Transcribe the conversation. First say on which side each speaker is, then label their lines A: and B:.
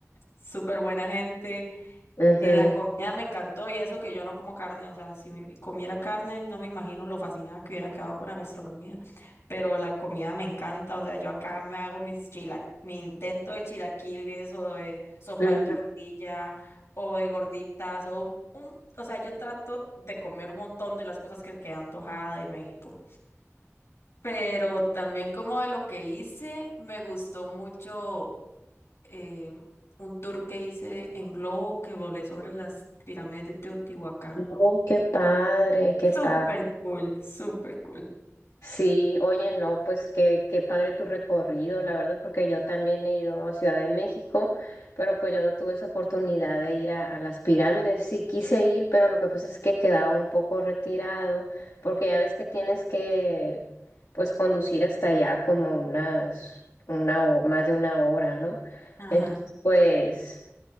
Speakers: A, on the left (about 55°); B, on the left (about 80°).
A: súper buena gente.
B: Ujú,
A: Eh, la comida me encantó y eso que yo no como carne, o sea, si me- comiera carne no me imagino lo fascinada que hubiera quedado con la gastronomía, pero la comida me encanta, o sea, yo acá me hago mis chila, mi intento de chilaquiles o de sopa
B: ujú.
A: de tortilla o de gorditas o un, un- o sea, yo trato de comer un montón de las cosas que me quedan antojada de México, pero también como de lo que hice, me gustó mucho eh, un tour que hice en globo que volé sobre las pirámides de Teotihuacán.
B: Oh, qué padre, qué
A: Súper
B: padre.
A: cool, súper cool.
B: Sí, oye, no, pues qué, qué padre tu recorrido, la verdad, porque yo también he ido a Ciudad de México, pero pues yo no tuve esa oportunidad de ir a, a las pirámides. Sí quise ir, pero lo que pasa es que quedaba un poco retirado, porque ya ves que tienes que, pues, conducir hasta allá como unas, una o más de una hora, ¿no?
A: Ajá.
B: Entonces, pues...